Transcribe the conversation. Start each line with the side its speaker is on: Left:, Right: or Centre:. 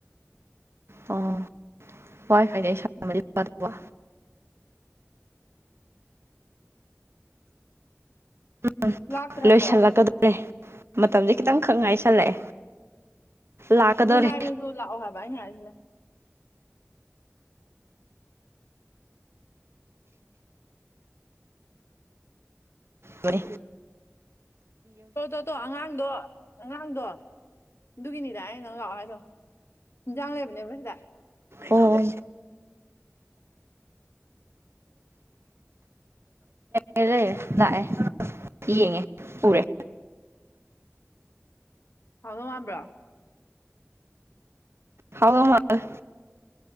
Right: ꯑꯣ ꯋꯥꯏ ꯐꯥꯏꯗꯩ ꯁꯟꯃꯗꯤ ꯐꯗꯧꯕ ꯎꯝ
Left: ꯂꯥꯛꯇ꯭ꯔꯕꯣ
Right: ꯂꯣꯏꯁꯤꯜꯂꯛ ꯀꯗꯧꯔꯦ ꯃꯇꯝꯁꯦ ꯈꯤꯇꯪ ꯈꯛ ꯉꯥꯏꯁꯜꯂꯛꯑꯦ ꯂꯥꯛꯀꯗꯣꯔꯦ
Left: ꯑꯗꯨ ꯉꯥꯏꯔꯁꯨ ꯂꯥꯛꯑꯣ ꯍꯥꯏꯕ ꯑꯩꯅ ꯍꯥꯏꯁꯤꯅ
Right: ꯂꯣꯏꯂꯦ
Left: ꯇꯣ ꯇꯣ ꯇꯣ ꯑꯉꯥꯡꯗꯣ ꯑꯉꯥꯡꯗꯣ ꯑꯗꯨꯒꯤꯅꯤꯗ ꯑꯩ ꯅꯪ ꯂꯥꯛꯑꯣ ꯍꯥꯏꯗꯣ ꯍꯤꯟꯖꯥꯡ ꯂꯩꯕꯅꯦꯕ ꯁꯤꯗ
Right: ꯑꯣ ꯑꯣ ꯂꯩꯔꯦ ꯂꯥꯛꯑꯦ ꯌꯦꯡꯉꯦ ꯎꯔꯦ
Left: ꯍꯥꯎꯗꯣ ꯋꯥꯥꯟꯕ꯭ꯔꯣ
Right: ꯍꯥꯎ ꯃꯥꯜꯂꯦ